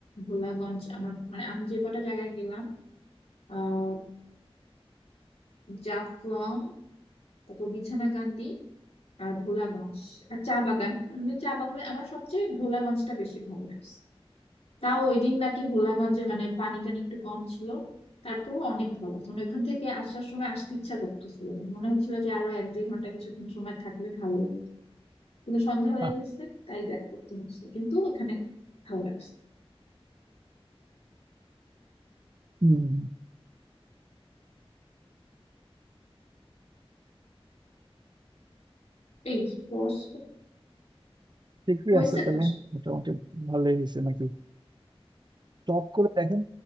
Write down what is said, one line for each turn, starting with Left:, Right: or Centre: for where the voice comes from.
Left: ভোলাগঞ্জ আমার মানে আমি যে কটা জায়গায় গেলাম আহ জাফলং তারপর বিছানাকান্দি আর ভোলাগঞ্জ আর চা বাগান আমি চা বাগানে আমার সবচেয়ে ভোলাগঞ্জটা বেশি ভালো লাগে তাও ওই দিন নাকি ভোলাগঞ্জে মানে পানি টানি একটু কম ছিল তারপর অনেক ভালো মানে ওইখান থেকে আসার সময় আসতে ইচ্ছা করতেছিল না। মনে হচ্ছিল যে আরো এক দুই ঘন্টা কিছুক্ষণ সময় থাকলে ভালো লাগতো কিন্তু সন্ধ্যা হয়ে
Right: আহ,
Left: গেছে তাই ব্যাক করতে হচ্ছে কিন্তু ওখানে ভালো লাগছে
Right: হুম,
Left: এই বস
Right: ঠিকই
Left: হয়েছে
Right: আছে তাহলে
Left: বস
Right: মোটামুটি ভালোই হয়েছে নাকি টপ করে দেখেন